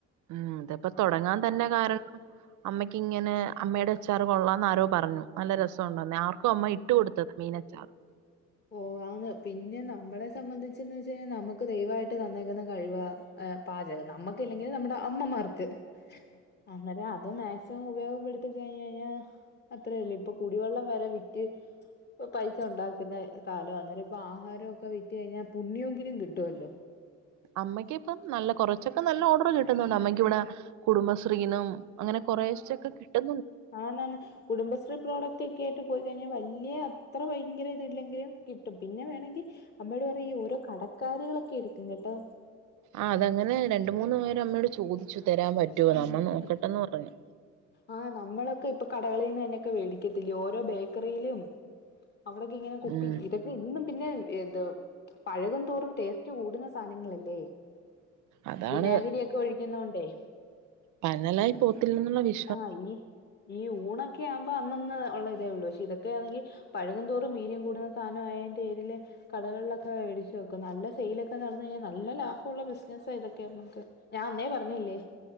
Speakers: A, on the right; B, on the left.
A: ഉം ഇതപ്പോ തുടങ്ങാൻ തന്നെ കാരണം അമ്മയ്ക്ക ഇങ്ങനെ അമ്മയുടെ അച്ചാർ കൊള്ളാംന്ന് ആരോ പറഞ്ഞു നല്ല രസ ണ്ടെന്ന് ആർക്കും അമ്മ ഇട്ട കൊടുത്തത് മീനച്ചാറ്
B: ഓ ആന്ന് പിന്നെ നമ്മളെ സംബന്ധിച്ചെന്ന് വെച്ച കഴിഞ്ഞാൽ നമുക്ക് ദൈവായിട്ട് തന്നേക്കുന്ന കഴിവ ആഹ് പാചകം നമ്മുക്കില്ലെങ്കി നമ്മുടെ അമ്മമാർക്ക് അന്നേരം അത് മാക്സിമം ഉപയോഗപ്പെടുത്തി കഴിഞ്ഞഴിഞ്ഞാ അത്രല്ല ഇപ്പൊ കുടിവെള്ളം വരെ വിറ്റ് പൈസ ഉണ്ടാക്കുന്ന കാലം അന്നേരം ഇപ്പ ആഹാരം ഒ ഒക്കെ വിറ്റ് കഴിഞ്ഞ പുണ്യങ്കിലും കിട്ടുമല്ലോ
A: അമ്മയ്ക്ക ഇപ്പ നല്ല കൊറച്ചൊക്കെ നല്ല ഓർഡർ കിട്ടുന്നുണ്ട് അമ്മയ്ക്ക് ഇവിടെ കുടുംബശ്രീനും അങ്ങനെ കുറേശ്ച്ചൊക്കെ കിട്ടുന്നുണ്ട്
B: ആനന്നെ കുടുംബശ്രീ പ്രോഡക്റ്റ് ഒക്കെ ആയിട്ട് പോയി കഴിഞ്ഞാൽ വല്യ അത്ര ഭയങ്കര ഇത് ഇല്ലെങ്കിലും കിട്ടും പിന്നെ വേണങ്കി അമ്മയൊട് പറയും ഈ ഓരോ കടക്കാരികളൊക്കെ എടുക്കും കേട്ടോ
A: ആഹ് അതങ്ങനെ രണ്ട് മൂന്ന് പേര് അമ്മയോട് ചോദിച്ചു തരാൻ പറ്റുവോന്ന്
B: ആഹ്
A: അമ്മ നോക്കട്ടെന്ന് പറഞ്ഞു
B: ആഹ് നമ്മളൊക്കെ ഇപ്പൊ കടകളിന്ന് തന്നെയൊക്കെ വേടിക്കത്തില്ലിയൊ ഓരോ ബേക്കറിലും അവിടെക്കെ ഇങ്ങനെ കുപ്പി
A: ഉം
B: ഇതൊക്കെ ഇതൊന്നും പിന്നെ എത് പഴകും തോറും ടേസ് സ്റ്റ് കൂടുന്ന സാധനങ്ങളല്ലേ
A: അതാണ്
B: വിനാഗിരി ഒക്കെ ഒഴിക്കുന്നോണ്ടേ
A: പനലായി പോത്തില്ലന്നുള്ള വി
B: ആഹ് ഈ ഈ ഊണൊക്കെ ആവുമ്പോ അന്നന്ന് ഉള്ള ഇതേ ഉള്ളൂ പക്ഷെ ഇതൊക്കെയാന്നെങ്കി പഴുകും തോറും വീര്യം കൂടുന്ന സാധനം ആയതിന്റെ ഏരില് കടകളിലൊക്കെ മേടിച്ച് വെക്കും നല്ല സെയിലൊക്കെ നടന്നഴിഞ്ഞാ നല്ല ലാഭമുള്ള ബിസിനസ ഇതൊക്കെ നമുക്ക് ഞാൻ അന്നേ പറഞ്ഞില്ലേ